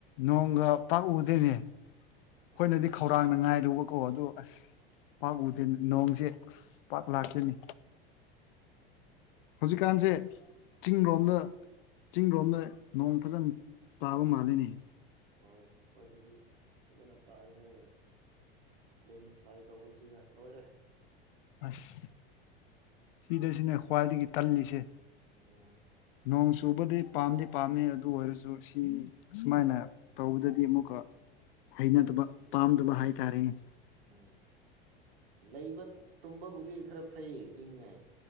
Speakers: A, on the left; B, on the right.
A: ꯅꯣꯡꯒ ꯄꯥꯛ ꯎꯗꯦꯏꯅꯦ ꯑꯩꯈꯣꯏꯅꯗꯤ
B: ꯑꯣ
A: ꯈꯧ ꯈꯧꯔꯥꯡꯅ ꯉꯥꯏꯔꯨꯕꯀꯣ ꯑꯗꯨꯗꯣ ꯑꯁ ꯄꯥꯛ ꯎꯗꯦ ꯅꯣꯡꯁꯦ ꯑꯁ ꯄꯥꯛ ꯂꯥꯛꯇꯦꯅꯦ ꯍꯧꯖꯤꯛꯀꯥꯟꯁꯦ
B: ꯍꯣꯏ
A: ꯆꯤꯡꯔꯣꯝꯗ ꯆꯤꯡꯔꯣꯝꯗ ꯅꯣꯡ ꯐꯖꯅ ꯇꯥꯕ ꯃꯥꯜꯂꯤꯅꯦ
B: ꯍꯣꯏ ꯑꯩꯈꯣꯏꯗꯗꯤ ꯐꯖꯅ ꯇꯥꯏꯍꯦ ꯂꯦꯟꯁ꯭ꯂꯥꯏꯠ ꯇꯧꯕꯁꯤꯒ ꯂꯣꯏꯔꯦ
A: ꯑꯁ ꯁꯤꯗꯁꯤꯅꯦ ꯈ꯭ꯋꯥꯏꯗꯒꯤ ꯇꯜꯂꯤꯁꯦ
B: ꯎꯝ
A: ꯅꯣꯡ ꯆꯨꯕꯗꯤ ꯄꯥꯝꯗꯤ ꯄꯥꯝꯃꯦ ꯑꯗꯨ ꯑꯣꯏꯔꯁꯨ ꯁꯤ ꯁꯨꯃꯥꯏꯅ ꯇꯧꯕꯗꯗꯤ ꯑꯃꯨꯛꯀ ꯍꯩꯅꯗꯕ ꯄꯥꯝꯗꯕ ꯍꯥꯏꯇꯥꯔꯦꯅꯦ
B: ꯎꯝ ꯂꯩꯕ ꯇꯨꯝꯕꯕꯨꯗꯤ ꯈꯔ ꯐꯩ ꯏꯪꯉꯦ